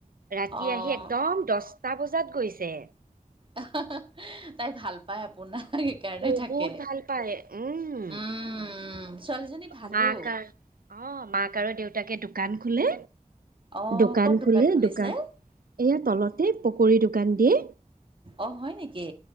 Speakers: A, on the right; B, on the right.
A: ৰাতি
B: অ'।
A: আহি একদম দহটা বজাত গৈছে।
B: অহ অহ হ তাই ভাল পাই আপোনাক। কাৰণে
A: বহুত
B: থাকে
A: ভাল পায় উম।
B: উম। ছোৱালীজনী ভালো
A: মাক আৰু অ মাক আৰু দেউতাকে দোকান খোলে।
B: অ
A: দোকান
B: ক'ত
A: খোলে
B: খুলিছে
A: দোকান এই তলতে পকৰী দোকান দিয়ে।
B: অঁ হয় নেকি?